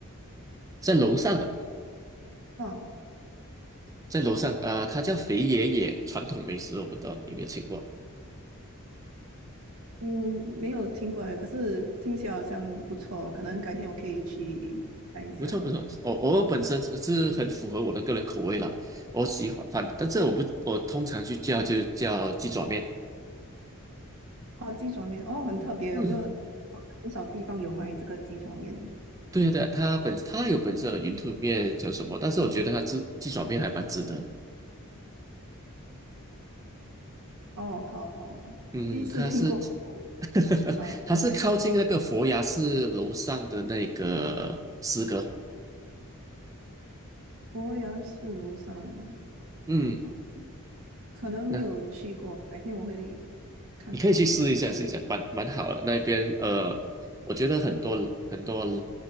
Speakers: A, on the right; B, on the right.
A: 在楼上的，
B: 啊，
A: 在楼上啊、呃它叫肥爷爷传统美食，我不知道你有没有听过。
B: 嗯，没有听过哎，可是听起来好像不错哦，可能改天我可以去看一下。
A: 不错不错，我我本身是是很符合我的个人口味啦，我喜欢，反但这我不我通常去叫就叫鸡爪面，
B: 哦，鸡爪面，哦，很特别，
A: 嗯，
B: 有没有？好像很少地方有卖这个鸡爪面。
A: 对呀对呀，它本它有本身的云吞面叫什么，但是我觉得它鸡鸡爪面还蛮值得的，
B: 哦，好好，
A: 嗯，
B: 第一次听过
A: 它是 <laughs>
B: 啊，
A: 它是靠近那个佛牙寺楼上的那个诗歌，
B: 哦，伯牙是庐山，
A: 嗯。
B: 啊可能没有去过，
A: 那。
B: 改天我会看看一下。
A: 你可以去试一下，试一下，蛮蛮好的。那边呃，我觉得很多很多